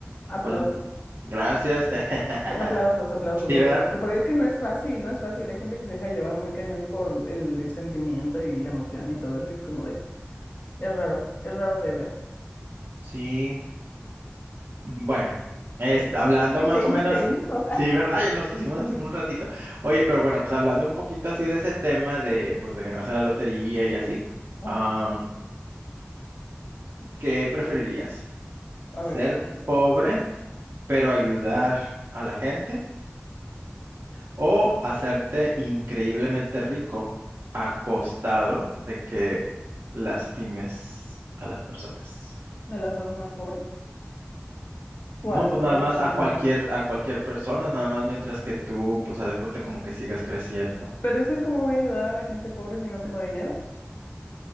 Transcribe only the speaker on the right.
por- gracias. <laughs>
Sí,
¿verdad?
Sí. Bueno, es-
hablando
más
o menos, sí, ¿verdad? Ya nos pusimos así un ratito. Oye, pero bueno, pues hablando un poquito así de ese tema de, pues, de ganarse la lotería y así,
am, ¿qué preferirías?
¿Ser
pobre, pero ayudar a la gente? o hacerte increíblemente rico a costado de que lastimes a las personas.
No,
pues
nada más
a
cualquier, a cualquier persona, nada más mientras que tú, pues haz de cuenta como que sigas creciendo.